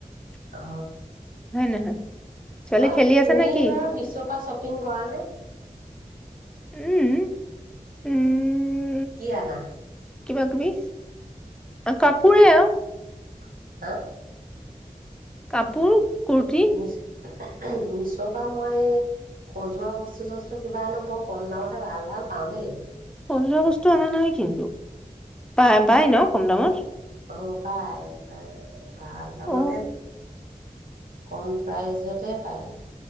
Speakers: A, in the centre; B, on the right.
A: হয়নে
B: অ।
A: নহয়
B: <inaudible>
A: ছোৱালী খেলি আছে
B: তুমি
A: নে কি
B: বাৰু মিছোৰ পৰা ছোপিং কৰা নে
A: উমহ উম হ
B: কি আনা
A: কিবা কিবি কাপোৰে আৰু
B: <unintelligible>
A: কাপোৰ কুৰ্তি
B: <unintelligible> মিছো পৰা মই সজোৱা বস্তুটো সোষ্টো কিবা বৰ কম দামত পাওঁ দে বৰ ভাল ভাল
A: সজোৱা বস্তুটো অনা নাই নেকি পাই পাই ন কম দামত
B: অহ পাই ভাল দামত
A: অ
B: কম প্ৰাইজ তে পাই,